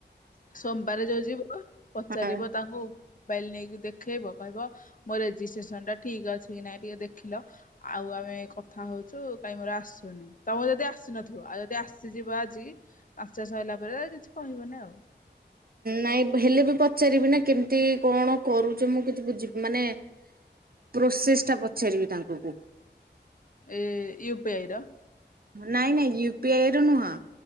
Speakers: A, on the left; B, on the right.
A: ସୋମବାର ଯୋଉ ଯିବ ପଚାରିବ
B: ହଁ।
A: ତାଙ୍କୁ ମୋବାଇଲି ନେଇକି ଦେଖେଇବ କହିବ ମୋ ରେଜିଷ୍ଟ୍ରେସନ ଟା ଠିକ ଅଛି କି ନାଇଁ ଟିକେ ଦେଖିଲ? ଆଉ ଆମେ କଥା ହଉଛୁ କାଇହିଁ ମୋର ଆସୁନି ତମେ ଯଦି ଆସିନଥିବ ଆଉ ଯଦି ଆସିଯିବ ଆଜି ଆଚା ସଇଲା ପରେ କିଛି କହିବନି ଆଉ।
B: ନାଇଁ ହେଲେବି ପଚାରିବି ନା କେମିତି କଣ କରୁଛ ମୁଁ କିଛି ବୁଝି ମାନେ ପ୍ରୋସେସ୍ ଟା ପଚାରିବି ତାଙ୍କୁକୁ।
A: ଏ ୟୁପିଆଇ ର?
B: ନାଇଁ ନାଇଁ ୟୁପିଆଇ ର ନୁହଁ